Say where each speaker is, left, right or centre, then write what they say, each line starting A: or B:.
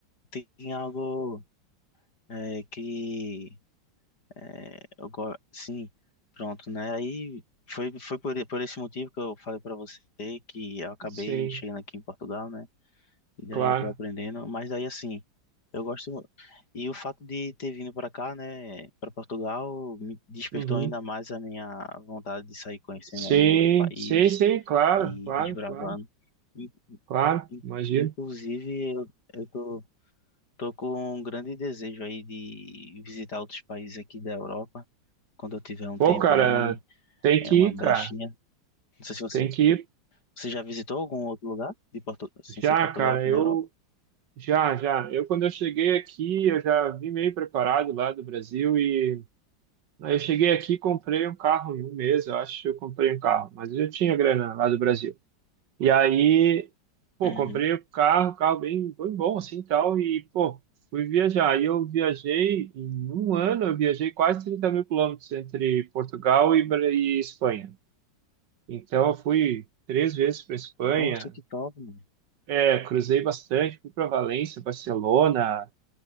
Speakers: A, on the left; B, on the right.
A: tem algo é, que é, eu go- sim, pronto, né? Aí foi foi por, por esse motivo que eu falei para você que eu acabei
B: sim,
A: chegando aqui em Portugal, né? E daí
B: claro.
A: eu tô aprendendo, mas daí assim, eu gosto e o fato de ter vindo para cá, né, para Portugal, me despertou
B: Uhum.
A: ainda mais a minha vontade de sair conhecendo
B: Sim,
A: aí o país
B: sim, sim, claro,
A: e
B: claro,
A: desbravando.
B: claro,
A: In-
B: claro,
A: in-
B: imagino.
A: Inclusive, eu, eu tô Tô com um grande desejo aí de visitar outros países aqui da Europa, quando eu tiver um
B: Pô,
A: tempo
B: cara,
A: aí,
B: tem
A: é
B: que
A: uma
B: ir,
A: brechinha.
B: cara.
A: Não sei se você,
B: Tem que ir
A: você já visitou algum outro lugar de Portu, sem
B: já,
A: ser Portugal
B: cara.
A: aqui
B: Eu
A: na Europa?
B: já, já. Eu quando eu cheguei aqui, eu já vim meio preparado lá do Brasil e aí eu cheguei aqui, e comprei um carro em um mês, eu acho que eu comprei um carro, mas eu já tinha grana lá do Brasil. E aí, pô,
A: Uhum.
B: comprei o carro, carro bem, bem bom assim, e tal e pô, fui viajar. E eu viajei em um ano, eu viajei quase trinta mil quilômetros entre Portugal e, Bra- e Espanha. Então, eu fui três vezes para Espanha,
A: Nossa, que top, mano.
B: é, cruzei bastante, fui para Valência, Barcelona,